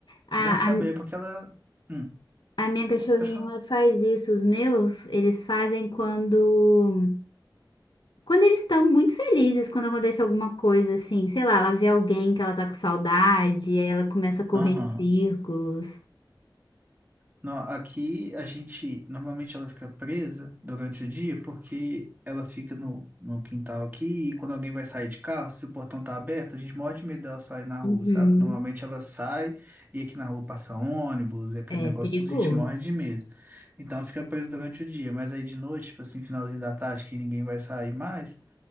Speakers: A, on the left (about 70°); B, on the right (about 20°).
A: A,
B: Bom saber,
A: a
B: porque ela... Hum,
A: A minha cachorrinha
B: pode falar.
A: ela faz isso, os meus, eles fazem quando quando eles estão muito felizes, quando acontece alguma coisa assim, sei lá, ela vê alguém que ela tá com saudade, aí ela começa a correr
B: Aham.
A: em círculos.
B: Não, aqui a gente, normalmente ela fica presa durante o dia porque ela fica no, no quintal aqui e quando alguém vai sair de carro, se o portão tá aberto, a gente morre de medo dela sair na rua,
A: Uhum.
B: sabe? Normalmente ela sai e aqui na rua passa ônibus e aquele
A: É
B: negócio
A: perigoso.
B: todo, a gente morre de medo. Então ela fica presa durante o dia, mas aí de noite, tipo assim, finalzinho da tarde que ninguém vai sair mais,